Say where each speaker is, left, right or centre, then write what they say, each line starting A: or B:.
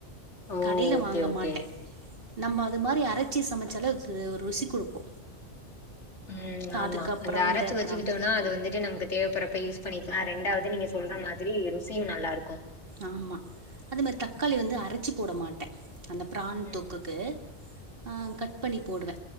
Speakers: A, on the left; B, on the right.
A: ஓ
B: கடைல
A: ஓகே
B: வாங்க
A: ஓகே
B: மாட்டே நம்ம அது மாரி அரச்சி சமைச்சாலே அது ஒரு ருசி குடுக்கு
A: ம் ஆமா
B: அதுக்கப்புறம்
A: அந்த அரச்சு
B: இந்த
A: வச்சுக்கிட்டோனா
B: ப்ரான்ஸ்
A: அது வந்துட்டு நமக்கு தேவைப்படுற ப்ப யூஸ் பண்ணிக்கலா ரெண்டாவது நீங்க சொல்ற மாதிரி ருசியு நல்லா இருக்கு
B: ஆமா அதே மாரி தக்காளி வந்து அரச்சி போட மாட்டே அந்த பிரான்
A: ம்
B: தொக்குக்கு அ கட் பண்ணி போடுவே